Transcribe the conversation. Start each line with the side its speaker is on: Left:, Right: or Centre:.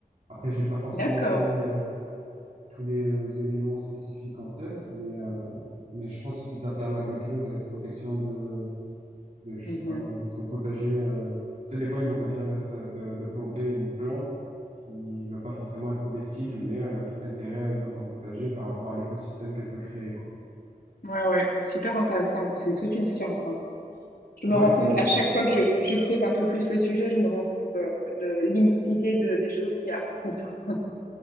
Right: Après, j'ai pas forcément
Left: d'accord.
Right: tous les euh, tous les éléments spécifiques en tête, mais euh, mais je pense que si tu tapes permaculture et protection de de, je
Left: Mhm.
Right: sais pas moi, de ton potager. euh, Tu sais, des fois, ils vont te dire d'insta- de, de planter une plante qui va pas forcément être comestible, mais elle a tout intérêt dans ton potager par rapport à l'écosystème qu'elle peut créer, quoi.
Left: Ouais, ouais, super intéressant. C'est toute une science, hein. Je me
Right: Ouais,
Left: rends
Right: c'est,
Left: compte, à chaque fois que je, je creuse un peu plus le sujet, je me rends compte euh, de l'immensité de, des choses qu'il y a à apprendre. <laughs>